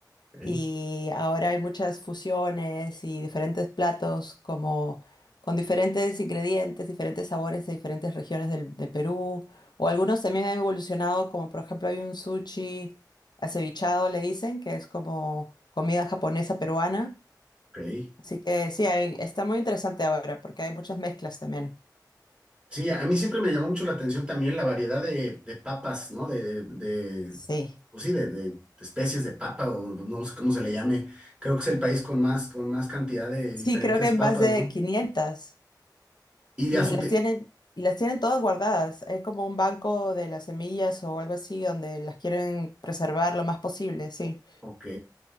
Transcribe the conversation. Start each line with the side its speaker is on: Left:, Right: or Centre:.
Right: Ok,
Left: y ahora hay muchas fusiones y diferentes platos como con diferentes ingredientes, diferentes sabores de diferentes regiones del, del Perú o algunos también han evolucionado como por ejemplo hay un sushi acevichado le dicen que es como comida japonesa peruana.
Right: ok.
Left: Así que sí, hay- está muy interesante ahora porque hay muchas mezclas también.
Right: Sí, a mí siempre me llamó mucho la atención también la variedad de, de papas, ¿no? De, de,
Left: Sí.
Right: de- pues sí, de, de- de especies de papa o no sé cómo se le llame. Creo que es el país con más, con más cantidad de
Left: Sí,
Right: diferentes
Left: creo que hay
Right: papas,
Left: más de
Right: ¿no?
Left: 500
Right: Y
Left: y
Right: a su
Left: las
Right: te-
Left: tienen y las tienen todas guardadas. Es como un banco de las semillas o algo así donde las quieren preservar lo más posible, sí.
Right: Ok.